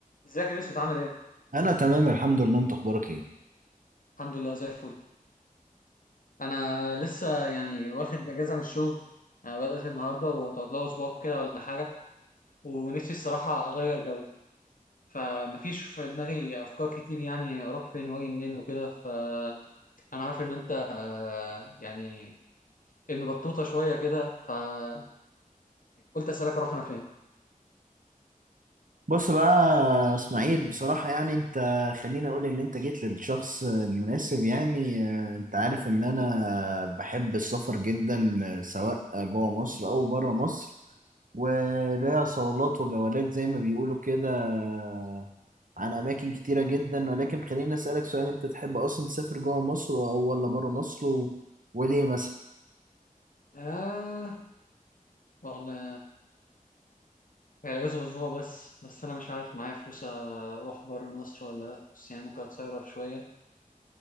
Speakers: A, on the left; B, on the right.
A: ازيك يا يوسف عامل ايه؟
B: انا تمام الحمد لله انت اخبارك ايه
A: الحمد لله زي الفل انا لسه يعني واخد اجازه من الشغل آه، بدأت النهارده وهتقعد لها اسبوع كده ولا حاجه ونفسي الصراحه اغير جو فمفيش في دماغي افكار كتير يعني اروح فين واجي منين وكده فانا عارف ان انت آه، يعني ابن بطوطه شويه كده فقلت اسالك اروح انا فين؟
B: بص بقى يا اسماعيل بصراحة يعني انت خليني اقول ان انت جيت للشخص المناسب يعني آه، انت عارف ان انا بحب السفر جدا آه، سواء جوه مصر او بره مصر وليا صولات وجولات زي ما بيقولوا كده آه، عن اماكن كتيرة جدا ولكن خليني اسألك سؤال انت تحب اصلا تسافر جوه مصر او ولا بره مصر و- وليه مثلا
A: آه والله هي الأجازة أسبوع بس بس أنا مش عارف معايا فلوس أروح بره مصر ولا لأ بس يعني ممكن أتصرف شوية